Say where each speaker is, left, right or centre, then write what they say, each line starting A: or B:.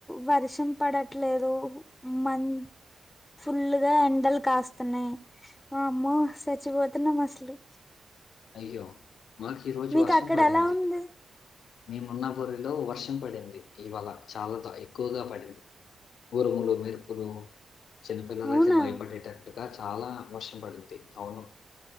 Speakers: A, on the left; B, on the left.
A: వర్షం పడట్లేదు మన్ ఫుల్గా ఎండలు కాస్తున్నాయి వామ్మో చచ్చిపోతున్నాం అసలు
B: అయ్యో మాకు ఈ రోజు
A: మీకు
B: వర్షం
A: అక్కడ
B: పడింది
A: ఎలా ఉంది
B: మేమున్న ఊరిలో వర్షం పడింది ఇవాళ చాలాతో ఎక్కువగా పడింది ఊరుములు మెరుపులు చిన్నపిల్లలు
A: అవునా
B: అయితే భయపడేటట్లుగా చాలా వర్షం పడింది అవును